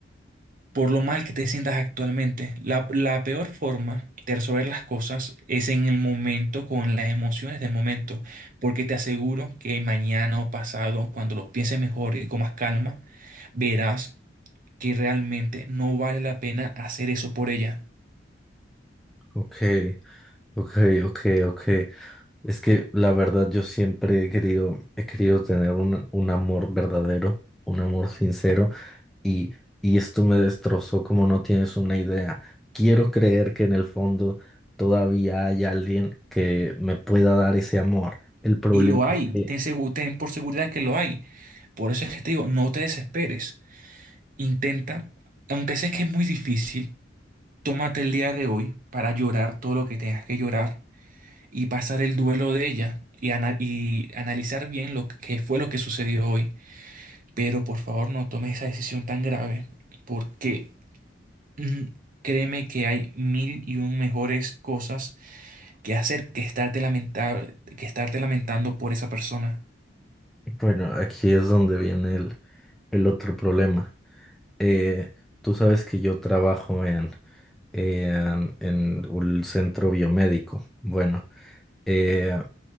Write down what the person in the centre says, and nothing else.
Ok, ok, ok, ok. Es que la verdad yo siempre he querido, he querido tener un, un amor verdadero, un amor sincero. Y, y esto me destrozó como no tienes una idea. Quiero creer que en el fondo todavía hay alguien que me pueda dar ese amor. El problema
es que,
bueno, aquí es donde viene el, el otro problema. Eh, tú sabes que yo trabajo en, en, en un centro biomédico. Bueno, eh,